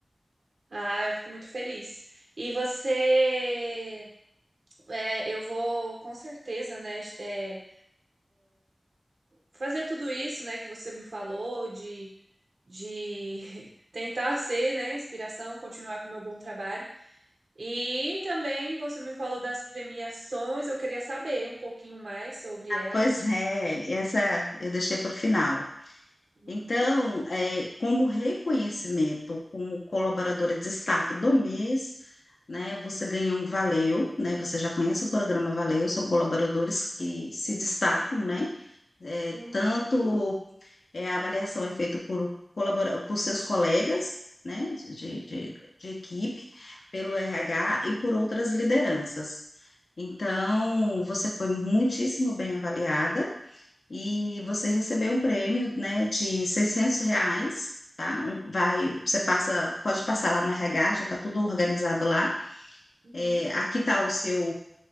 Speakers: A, on the right; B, on the left.
A: Ah, eu fico muito feliz. E você É, eu vou com certeza, né, é, fazer tudo isso, né, que você me falou, de, de <laughs> tentar ser, né, inspiração, continuar com o meu bom trabalho. E também você me falou das premiações, eu queria saber um pouquinho mais sobre elas.
B: Pois é, essa eu deixei para o final.
A: Uhum,
B: Então, é, como reconhecimento como colaboradora de destaque do mês, né, você ganhou um Valeu, né, você já conhece o programa Valeu, são colaboradores que se destacam, né, é,
A: uhum,
B: tanto É, a avaliação é feita por, colabora por seus colegas, né, de, de, de equipe, pelo RH e por outras lideranças. Então, você foi muitíssimo bem avaliada e você recebeu um prêmio, né, de 600 reais, tá? Um- vai, você passa, pode passar lá no RH, já está tudo organizado lá.
A: uhum.
B: É, aqui está o seu